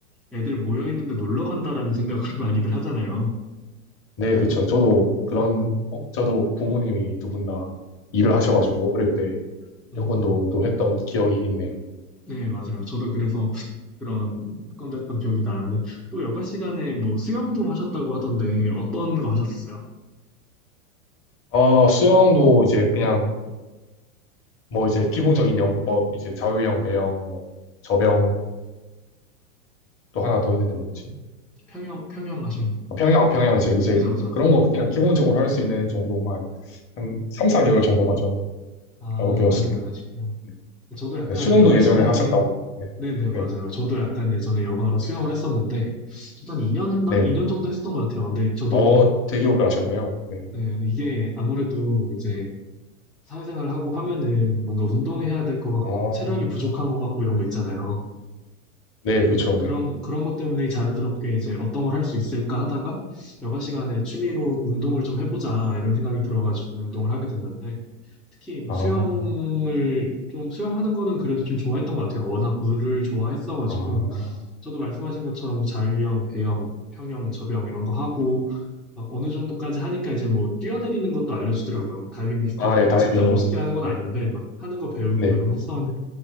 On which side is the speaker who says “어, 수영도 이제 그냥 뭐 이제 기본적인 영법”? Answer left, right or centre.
Left